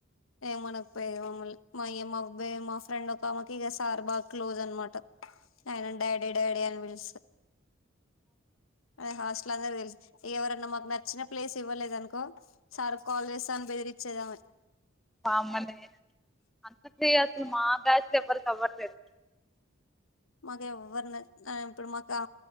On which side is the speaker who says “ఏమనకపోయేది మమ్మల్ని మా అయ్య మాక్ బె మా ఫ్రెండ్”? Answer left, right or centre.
Left